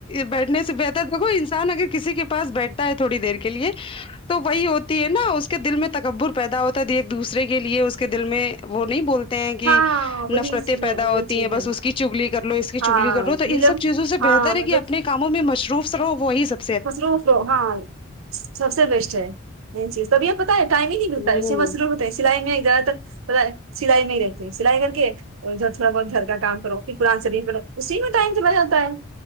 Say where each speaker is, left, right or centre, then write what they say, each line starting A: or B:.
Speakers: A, on the left (about 25°); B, on the right (about 85°).
A: بیٹھنے سے بہتر دیکھو انسان اگر کسی کے پاس بیٹھ ہے تھوڑی دیر کے لیے تو وہی ہوتی ہے نا اس کے اس کے دل میں تکبر پیدا ہوتا تھا ایک دوسرے کے لیے اس کے دل میں وہ نہیں بولتے ہیں کہ
B: ہاں وہی
A: نفرتیں
B: چیز
A: پیدا
B: ہے وہی
A: ہوتی
B: چیز
A: ہیں بس
B: ہے
A: اس کی چگلی کر لو اس کی
B: ہاں
A: چگلی کر لو تو ان
B: نیلم
A: سب چیزوں سے
B: ہاں
A: بہتر
B: مطلب
A: ہے کہ اپنے کاموں میں مصروف رہو وہی سک
B: فسرو وسرو ہاں سب سے بیسٹ ہے یہ چیز تبھی پت ہے ٹائم ہی نہیں ملتا
A: ہوں
B: ہےسے میںضرور ہوتا سلائی میں زیادہ تر سلائی میں ہی رہتے ہیں سلائی کر کے اور ادھر تھوڑا بہت گھر کا کام کرو پھر قرآن شریف پر اسی میں ٹائم چلا جاتا ہے